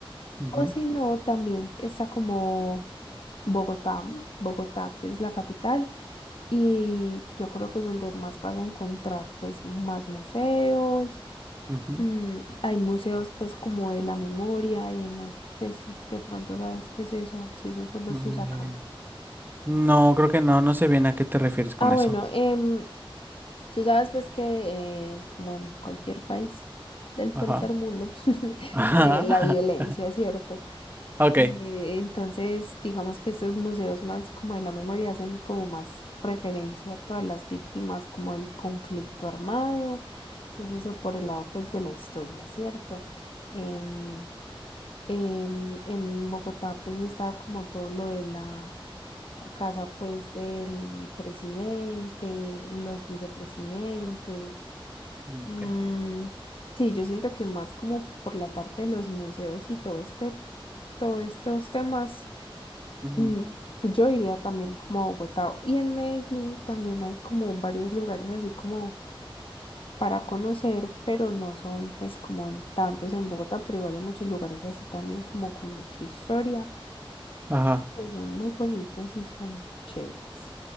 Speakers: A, on the right; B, on the left.
A: Ujú,
B: O si no, también está como Bogotá, Bogotá que es la capital y yo creo que es donde más vas a encontrar pues más museos,
A: ujú,
B: mm, hay museos pues como de la memoria, eh, no sé si de pronto sabes qué es eso, si eso solo
A: mm,
B: se usa acá.
A: eh, No, creo que no, no sé bien a qué te refieres con
B: Ah, bueno,
A: eso.
B: em, Tú sabes pues que eh, como cualquier país del
A: Ajá.
B: tercer mundo, <laughs>
A: Ajá.
B: eh, la violencia,
A: <laughs>
B: ¿cierto?
A: Ok.
B: Eh, entonces, digamos que estos museos más como de la memoria hacen como más referencia a todas las víctimas, como el conflicto armado. Entonces, eso por el lado pues de la historia, ¿cierto? Em, em, en Bogotá pues estaba como todo lo de la la casa pues del presidente, los vicepresidentes.
A: Mm,
B: Mm,
A: ok.
B: sí, yo siento que más como por la parte de los museos y todo este, todos estos temas,
A: Ujú.
B: mm, pues yo iría también como a Bogotá. Y en Medellín también hay como varios lugares así como para conocer, pero no son pues como en tantos en Bogotá, pero igual hay muchos lugares así también como con mucha historia,
A: Ajá.
B: que son muy bonitos y son chéveres.